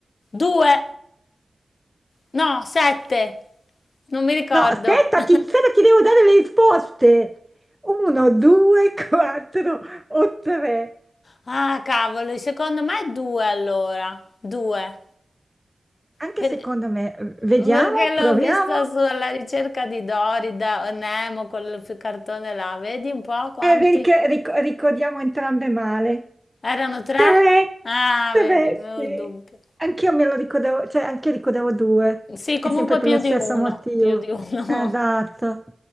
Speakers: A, on the left; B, in the centre.
A: Due, no, sette, non mi ricordo.
B: No, aspetta,
A: <laughs>
B: ti, aspetta, ti devo dare le risposte. Uno, due, <laughs> quattro o tre.
A: Ah, cavolo, secondo me è due allora, due.
B: Anche
A: Per-
B: secondo me, v- vediamo,
A: Perché
B: proviamo
A: l'ho vista sulla ricerca di Dory, da Nemo, quel f- cartone là, vedi un po' quanti?
B: e vedi che ric- ricordiamo entrambe male.
A: Erano tre?
B: Tre,
A: Ah,
B: tre,
A: vedi, avevo
B: sì.
A: il dubbio.
B: Anch'io me lo ricordavo, cioè anche ricordavo due,
A: Sì, comunque
B: è sempre per
A: più
B: lo
A: di
B: stesso
A: uno,
B: motivo.
A: più di uno.
B: Esatto.